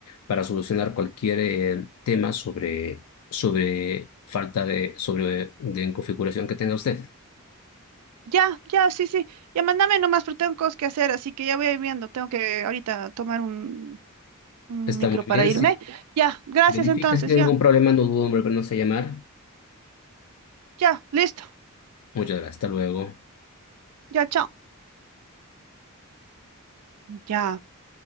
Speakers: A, on the left; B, on the right.
A: para solucionar cualquier eh, tema sobre, sobre falta de, sobre, de configuración que tenga usted.
B: Ya, ya, sí, sí. Ya, mándame nomás, pero tengo cosas que hacer, así que ya voy a ir viendo. Tengo que ahorita tomar un, un
A: Está
B: micro
A: muy
B: para
A: bien.
B: irme.
A: Si
B: Ya, gracias
A: verifica
B: entonces,
A: si tiene
B: ya,
A: algún problema, no dudo en volvernos a llamar.
B: ya, listo,
A: Muchas gracias. Hasta luego.
B: ya, chao. Ya,